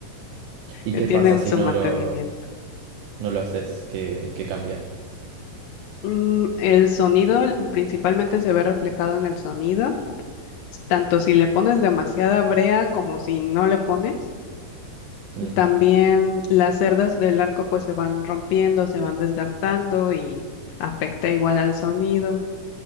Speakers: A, on the right (about 75°); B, on the left (about 80°).
A: ¿Y
B: Se
A: qué
B: tiene
A: pasa si
B: su
A: no
B: mantenimiento.
A: lo, no lo haces? ¿Qué, qué cambia?
B: Mm, el sonido l- principalmente se ve reflejado en el sonido, s- tanto si le pones demasiada brea como si no le pones.
A: Mm.
B: También las cerdas del arco pues se van rompiendo, se van desgastando y afecta igual al sonido.